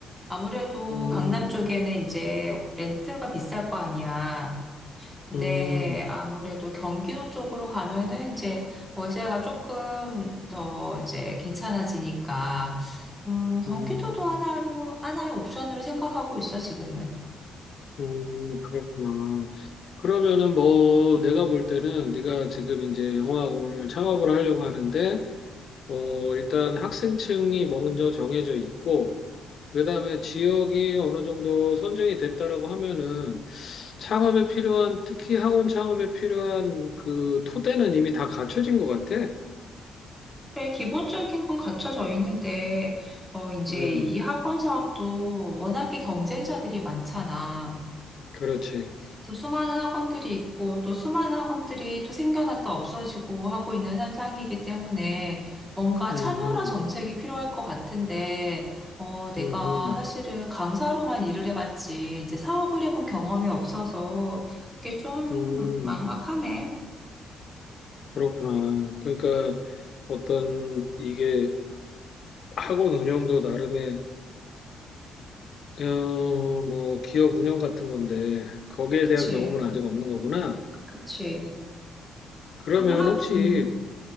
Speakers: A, in the centre; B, on the left.
A: 아무래도
B: 음,
A: 강남 쪽에는 이제 렌트가 비쌀 거 아니야. 근데
B: 음,
A: 아무래도 경기도 쪽으로 가면은 이제 월세가 조금 더 이제 괜찮아지니까, 음, 경기도도
B: 음,
A: 하나로, 하나의 옵션으로 생각하고 있어, 지금은.
B: 음, 그렇구나. 그러면은 뭐 내가 볼 때는 네가 지금 이제 영어학원을 창업을 하려고 하는데, 어, 일단 학생층이 먼저 정해져 있고, 그다음에 지역이 어느 정도 선정이 됐다라고 하면은 창업에 필요한 특히 학원 창업에 필요한 그 토대는 이미 다 갖춰진 것 같아.
A: 네, 기본적인 건 갖춰져 있는데, 어, 이제
B: 음,
A: 이 학원 사업도 워낙에 경쟁자들이 많잖아.
B: 그렇지.
A: 그래서 수많은 학원들이 있고, 또 수많은 학원들이 또 생겨났다 없어지고 하고 있는 현상이기 때문에 뭔가
B: 음,
A: 차별화 정책이 필요할 것 같은데, 어, 내가
B: 음,
A: 사실은
B: 음,
A: 강사로만 일을 해봤지, 이제 사업을 해본 경험이 없어서 그게 좀
B: 음,
A: 막막하네.
B: 음. 그렇구나. 그러니까 어떤 이게 학원 운영도 나름의 어, 뭐 기업 운영 같은 건데 거기에
A: 그치,
B: 대한 경험은 아직 없는 거구나.
A: 그치.
B: 그러면
A: 또는 학,
B: 혹시
A: 음.